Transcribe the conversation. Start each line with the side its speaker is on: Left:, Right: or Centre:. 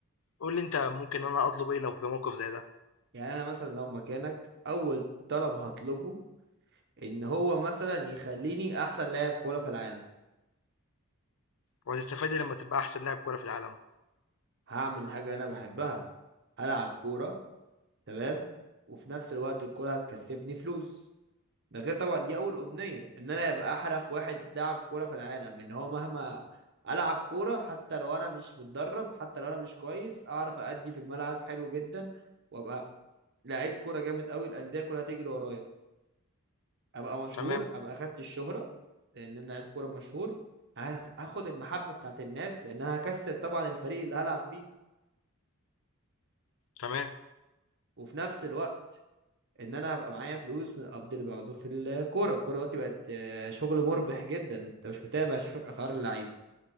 Left: قُل لي أنت ممكن أنا أطلب إيه لو في موقف زي ده؟
Right: يعني انا مثلا لو مكانك اول طلب هطلبه ان هو مثلا يخليني احسن لاعب كوره في العالم
Left: وهتستفاد إيه لمّا تبقى أحسن لاعب كورة في العالم؟
Right: هعمل الحاجه اللي انا بحبها هلعب كوره تمام وفي نفس الوقت الكوره هتكسبني فلوس ده غير طبعا دي اول امنيه ان انا ابقى احرف واحد لاعب كوره في العالم ان هو مهما العب كوره حتى لو انا مش متدرب حتى لو انا مش كويس اعرف ادي في الملعب حلو جدا وابقى لعيب كوره جامد قوي الانديه كلها تجري ورايا ابقى مشهور
Left: تمام،
Right: ابقى اخدت الشهره لان انا لعيب كوره مشهور هاخ- هاخد المحبه بتاعت الناس لان انا هكسب طبعا الفريق اللي هلعب فيه
Left: تمام،
Right: وفي نفس الوقت ان انا هبقى معايا فلوس من القبض اللي باخده في الكوره الكوره دلوقتي بقت آه، شغل مربح جدا انت مش متابع شكلك اسعار اللعيبه